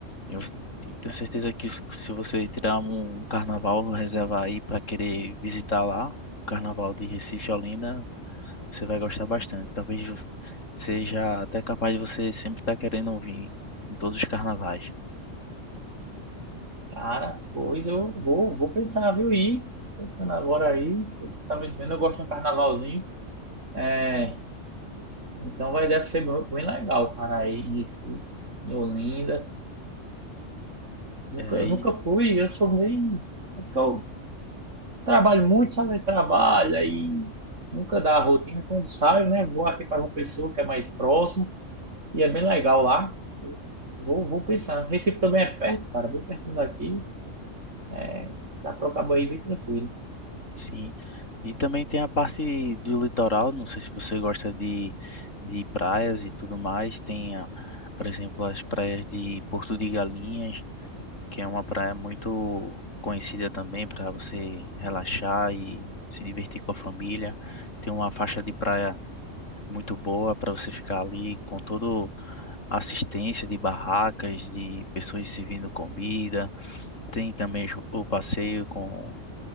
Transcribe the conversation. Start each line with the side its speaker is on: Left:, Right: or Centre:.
Left: Eu te- tenho certeza que se se você tirar um um carnaval, reservar aí para querer visitar lá, o carnaval de Recife e Olinda, você vai gostar bastante. Talvez seja até capaz de você sempre estar querendo ouvir em todos os carnavais.
Right: Cara, pois eu vou, vou pensar, viu? Ir. Tô pensando agora aí. O que tu tá me dizendo? Eu gosto de um carnavalzinho. É, Então vai, deve ser bem bem legal, cara, aí em Recife, em Olinda. Nunca,
Left: É, aí,
Right: nunca fui, eu sou meio. Porque eu trabalho muito, sabe? Eu Trabalho, aí nunca dá a rotina. Quando saio, né? Vou aqui para uma pessoa que é mais próximo e é bem legal lá. Vou, vou pensar. Recife também é perto, cara, bem perto daqui. É, dá para acabar aí bem tranquilo.
Left: sim. E também tem a parte do litoral. Não sei se você gosta de, de praias e tudo mais. Tem, a, por exemplo, as praias de Porto de Galinhas, que é uma praia muito conhecida também para você relaxar e se divertir com a família. Tem uma faixa de praia muito boa para você ficar ali com todo assistência de barracas, de pessoas servindo comida. Tem também os- o passeio com,